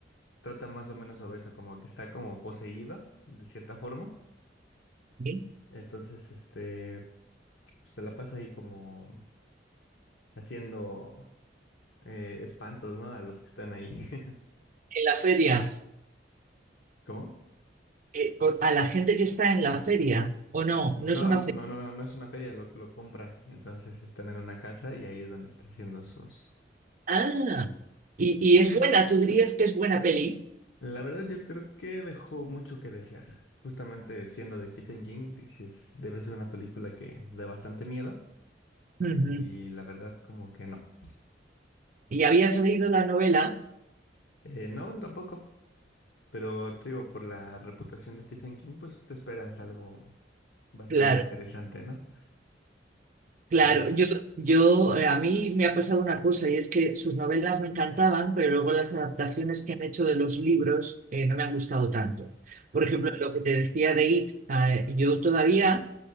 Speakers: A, on the left; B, on the right.
A: trata más o menos sobre eso, como que está como poseído, de cierta forma.
B: Sí,
A: Entonces, este, pues, se la pasa ahí como haciendo eh, espantos, ¿no? A los que están ahí. <laughs>
B: En la feria,
A: ¿Cómo?
B: eh, por- a la gente que está en la feria, o no, no
A: No,
B: es una
A: no,
B: feria.
A: no, no, no es una feria, lo, lo compran. Entonces están en una casa y ahí es donde está haciendo sus...
B: Ah, y, y es buena, tú dirías que es buena peli.
A: La verdad, yo creo que dejó mucho que desear. Justamente siendo de Stephen King, dices, debe ser una película que da bastante miedo.
B: Ujú.
A: Y la verdad, como que no.
B: Y habías leído la novela,
A: Eh, no, tampoco. Pero te digo, por la reputación de Stephen King, pues te esperas algo bastante
B: claro.
A: interesante, ¿no?
B: Claro,
A: Pues-
B: yo, yo eh, a mí me ha pasado una cosa y es que sus novelas me encantaban, pero luego las adaptaciones que han hecho de los libros eh, no me han gustado tanto. Por ejemplo, lo que te decía de It, eh, yo todavía,